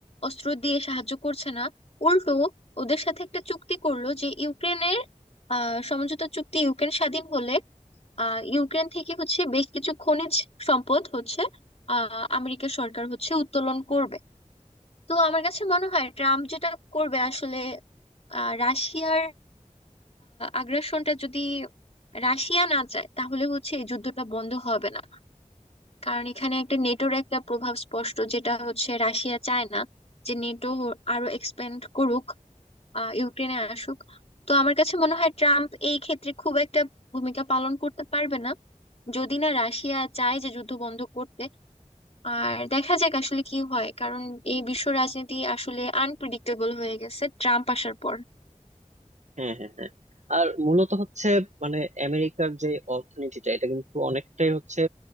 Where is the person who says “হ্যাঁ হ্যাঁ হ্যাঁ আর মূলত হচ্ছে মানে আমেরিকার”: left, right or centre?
Right